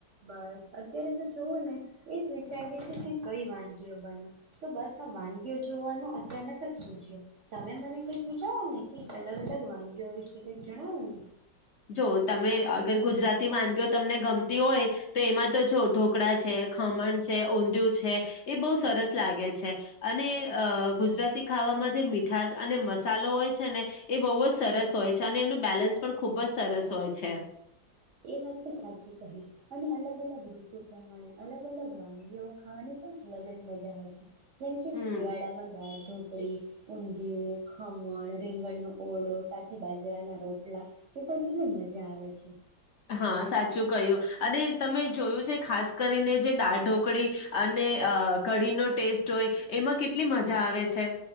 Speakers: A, on the right; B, on the left.
A: બસ અત્યારે તો જોવો ને એજ વિચારી હતી કે કઈ વાનગીઓ બનાવ તો બસ આ વાનગીઓ જોવાનું અચાનક જ સૂઝ્યું તમે મને કઈ સુઝાવોને કે અલગ અલગ વાનગીઓ વિશે કઈક જણાવો ને.
B: જો તમે અગર ગુજરાતી વાનગી તમને ગમતી હોય તો એમાં તો જો. ઢોકળા છે ખમણ છે ઊંધિયું છે. છે એ બોવ સરસ લાગે છે અને અ ગુજરાતી ખાવામાં જે મીઠશ અને મસાલો હોય છે ને એ બહુ જ સરસ હોય છે અને એમનું બેલેન્સ પણ ખુબ જ સરસ હોય છે.
A: એ વાત તો સાચી કહી અને અલગ અલગ ઋતુ પ્રમાણે અલગ અલગ વાનગીઓ ખાવાની પણ અલગ જ મજા હોય છે. જેમ કે
B: હમ
A: શિયાળામાં દાળ ઢોકળી ઊંધિયું ખમણ રીંગણનો ઓળો સાથે બાજરાના રોટલા એ પણ કેટલી મજા આવે છે.
B: હા સાચું ક્યું અને તમે જોયું છે ખાસ કરીને જે દાળ ઢોકળી અને અ કઢીનો ટેસ્ટ હોય એમાં કેટલી મજા આવે છે.